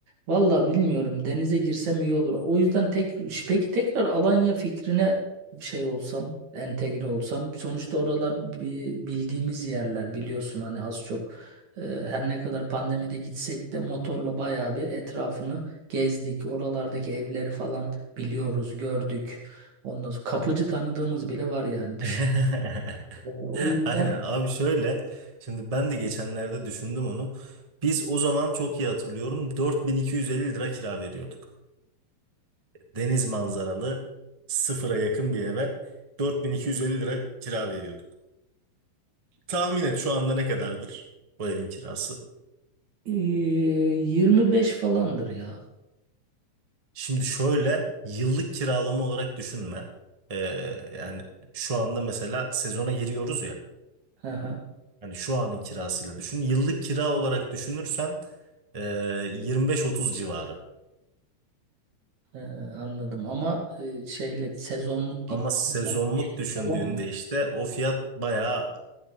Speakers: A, on the right; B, on the right.
A: valla bilmiyorum denize girsem iyi olur. O yüzden tek, peki tekrar Alanya fikrine şey olsam, entegre olsam. Sonuçta oralar bi- bildiğimiz yerler biliyorsun hani az çok. Ee, Her ne kadar pandemide gitsek de motorla bayağı bir etrafını gezdik. Oralardaki evleri falan biliyoruz, gördük. Ondan sonra kapıcı tanıdığımız bile var yani düşün.
B: <laughs>
A: Ee, O yüzden
B: Aynen abi şöyle şimdi ben de geçenlerde düşündüm onu. Biz o zaman çok iyi hatırlıyorum 4250 lira kira veriyorduk. deniz manzaralı sıfıra yakın bir eve 4250 lira kira veriyorduk. Tahmin et şu anda ne kadardır bu evin kirası?
A: ee, 25 falandır ya.
B: Şimdi şöyle yıllık kiralama olarak düşünme. Ee, yani şu anda mesela sezona giriyoruz ya.
A: <laughs>
B: Hani şu anın kirasıyla düşün. Yıllık kira olarak düşünürsen ee, 25-30 civarı.
A: Ee, anladım ama e, şeyle sezonluk gittiğim
B: Ama sezonluk
A: zaman
B: düşündüğünde
A: falan mı?
B: işte o fiyat bayağı